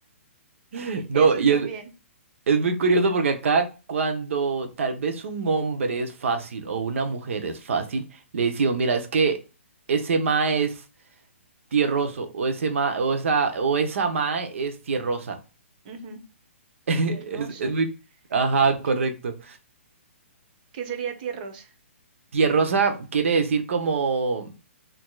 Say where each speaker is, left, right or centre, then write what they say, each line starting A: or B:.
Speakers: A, on the right (about 70°); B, on the right (about 40°).
A: <laughs> No,
B: Eso
A: y
B: también.
A: es, Es muy curioso porque acá cuando tal vez un hombre es fácil o una mujer es fácil, le decimos, mira, es que ese ma es tierroso o ese ma o esa o esa ma es tierrosa.
B: Ujú.
A: <laughs> Es,
B: Tierrosa.
A: es muy Ajá,
B: ¿Qué,
A: correcto.
B: qué sería tierrosa?
A: Tierrosa quiere decir como